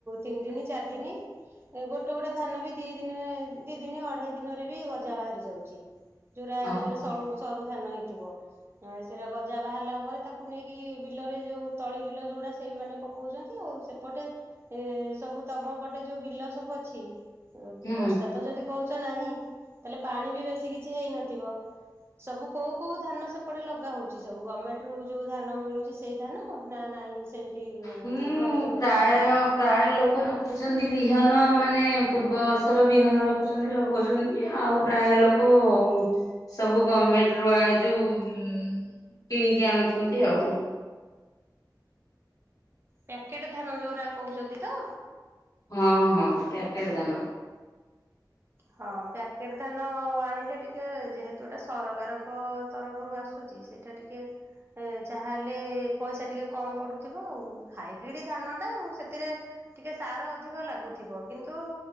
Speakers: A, on the right; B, on the left.
A: ତିନି ଦିନି ଚାରି ଦିନି ଏ ଗୋଟେ ଗୋଟେ ଧାନ ବି ଦିଇ ଦିନେ ଦିଇ ଦିନ ଅଢେଇ ଦିନରେ ବି ଗଜା ବାହାରି ଯାଉଚି। ଯୋଉରା
B: ଓହୋ
A: ଯୋଉରା ସଳୁ ସରୁ ଧାନ ହେଇଥିବ ଆଁ ସେରା ଗଜା ବାହାରିଲା ପରେ ତା କୁ ନେଇକି ବିଲରେ ଯୋଉ ତଳି ବିଲ ଯୋଉଗୁଡ଼ା ସେଇମାନେ ପକୋଉଚନ୍ତି ଆଉ ସେପଟେ ଏ ସବୁ ତମ ପଟେ ଯୋଉ ବିଲ ସବୁ ଅଛି ଏ
B: ହୁଁ
A: ବର୍ଷା ତ ଯଦି କହୁଚ ନାହିଁ ତାହେଲେ ପାଣି ବି ବେଶୀ କିଛି ହେଇନଥିବ ସବୁ କୋଉ କୋଉ ଧାନ ସେପଟେ ଲଗା ହୋଉଚି ସବୁ ଗମେଣ୍ଟରୁ ଯୋଉ ଧାନ ମିଳୁଚି ସେଇ ଧାନ ନା ନାଇଁ ସେମତି ଏଇ
B: ହୁଁ
A: ଘରେ ଯୋଉ
B: ପ୍ରାୟ
A: ଦେଶୀ ଧାନ?
B: ପ୍ରାୟ ଲୋକ ରଖୁଛନ୍ତି ବିହନ ମାନେ ପୂର୍ବ ବର୍ଷର ବିହନ ରଖୁଛନ୍ତି ଲଗୋଉଛନ୍ତି ଆଉ ପ୍ରାୟ ଲୋକ ସବୁ ଗମେଣ୍ଟରୁ ଆ ଏଇ ଯୋଉ ଉଁ କିଣିକି ଆଣୁଛନ୍ତି ଆଉ।
A: ପ୍ୟାକେଟ ଧାନ ଯୋଉରା କୋହୁଛନ୍ତି ତ?
B: ହଁ ହଁ ପ୍ୟାକେଟ ଧାନ।
A: ହଁ ପ୍ୟାକେଟ୍ ଧାନ ଆଣିଲେ ଟିକେ ଯେହେତୁ ଏଟା ସରକାରଙ୍କ ତରଫରୁ ଆସୁ ସୁଚି ସେଇଟା ଟିକେ ଏ ଯାହାହେଲେ ପଇସା ଟିକେ କମ ପଡୁଥିବ ଆଉ ହାଇବ୍ରିଡି ଧାନଟା ଆଉ ସେଥିରେ ଟିକେ ସାର ଅଧିକ ଲାଗୁଥିବ କିନ୍ତୁ